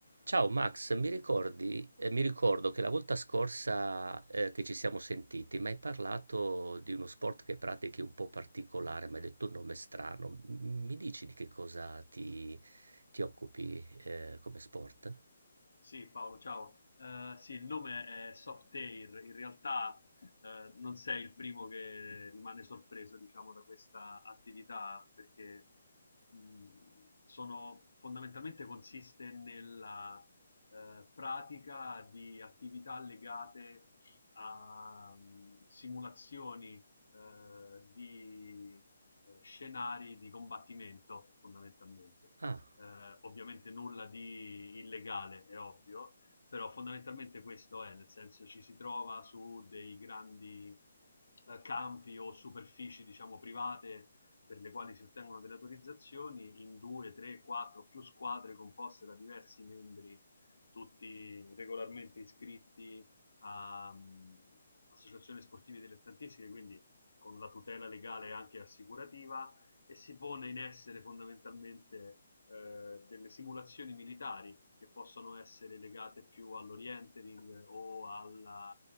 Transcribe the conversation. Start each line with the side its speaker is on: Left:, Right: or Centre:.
Right: Ciao Max, mi ricordi, eh, mi ricordo che la volta scorsa eh, che ci siamo sentiti mi hai parlato di uno sport che pratichi un po' particolare, mi hai detto un nome strano. M- Mi dici di che cosa ti, ti occupi eh, come sport?
Left: Sì, Paolo, ciao. Eh, sì, il nome è Softair. In realtà eh, non sei il primo che rimane sorpreso, diciamo, da questa attività, perché mh, sono, fondamentalmente consiste nella eh, pratica di attività legate a mh, simulazioni eh, di eh, scenari di combattimento, fondamentalmente.
Right: Ah,
Left: eh, ovviamente nulla di illegale, è ovvio, però fondamentalmente questo è, nel senso ci si trova su dei grandi eh, campi o superfici, diciamo, private per le quali si ottengono delle autorizzazioni in due, tre, quattro, più squadre composte da diversi membri, tutti regolarmente iscritti a um, associazioni sportive dilettantistiche, quindi con la tutela legale anche assicurativa e si pone in essere fondamentalmente eh, delle simulazioni militari che possono essere legate più all'orientering o alla,